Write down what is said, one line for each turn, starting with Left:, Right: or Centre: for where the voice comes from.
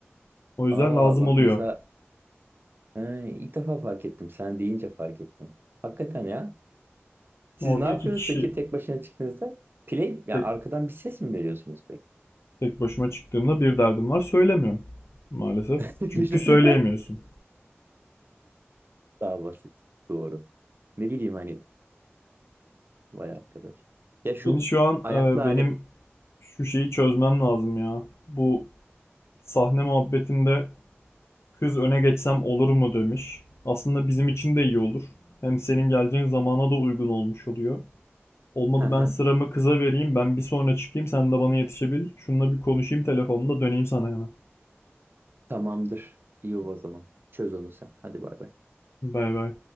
Left: O yüzden
Right: Aa
Left: lazım
Right: bak
Left: oluyor.
Right: mesela ha, ilk defa fark ettim. Sen deyince fark ettim. Hakikaten ya. Siz
Left: Orada
Right: ne yapıyorsunuz
Left: iki kişi
Right: peki tek başına çıktığınızda? Play, ya
Left: tek,
Right: arkadan bir ses mi veriyorsunuz peki?
Left: tek başıma çıktığımda bir derdim var söylemiyorum maalesef.
Right: <laughs> Birden-
Left: Çünkü söyleyemiyorsun.
Right: Daha basit. Doğru. Ne bileyim hani vay arkadaş. Ya şu
Left: Beni şu an
Right: ayaklı
Left: e, benim
Right: alet.
Left: şu şeyi çözmem lazım ya. Bu sahne muhabbetinde Kız öne geçsem olur mu demiş. Aslında bizim için de iyi olur. Hem senin geleceğin zamana da uygun olmuş oluyor. Olmadı
Right: Hı hı.
Left: ben sıramı kıza vereyim. Ben bir sonra çıkayım. Sen de bana yetişebil. Şununla bir konuşayım telefonda. Döneyim sana hemen.
Right: Tamamdır. İyi o zaman. Çöz onu sen. Hadi bay bay.
Left: Bay bay.